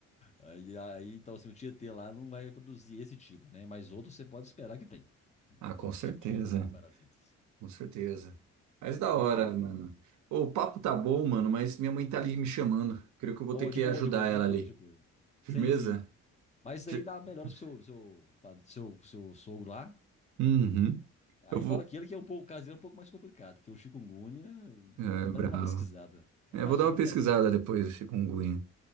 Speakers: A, on the left; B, on the right.
A: Aí, aí, então, assim, o Tietê lá não vai produzir esse tipo, né? Mas outros você pode esperar que tem.
B: Ah, com
A: Outros
B: certeza.
A: tipos de parasitas.
B: Com certeza. Mas da
A: É
B: hora,
A: foda.
B: mano. Ô, o papo tá bom, mano, mas minha mãe tá ali me chamando. Creio que eu vou
A: Ô,
B: ter que
A: de boa,
B: ajudar
A: de boa,
B: ela
A: tranquilo,
B: ali.
A: tranquilo.
B: Firmeza?
A: Sim, sim. Mas isso
B: Ge-
A: aí dá melhor
B: <laughs>
A: pro seu, seu, pa- seu, seu sogro lá.
B: Uhum.
A: Aí
B: Eu vou.
A: fala que ele que é um pouco, o caso dele é um pouco mais complicado, que o chikungunya
B: É,
A: dá
B: bravo.
A: dá uma pesquisada. É
B: É,
A: mais
B: vou dar
A: complicadinho.
B: uma pesquisada
A: né?
B: depois do chikungunya.